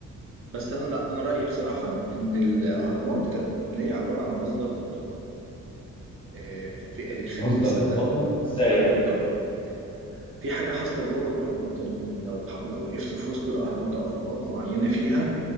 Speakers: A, on the right; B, on the left.
A: بس انا لا انا رايي بصراحه ان الاهرامات كانت مبنيه عباره عن مصدر للطاقه آه، في اللي يخليني
B: مصدر
A: مصدق
B: للطاقه ازاي
A: مصدر
B: يعني
A: للطاقه في حاجه حاصله جوه الاهرامات ان لو لو وقفت في وسط الاهرامات او في نقط معينه فيها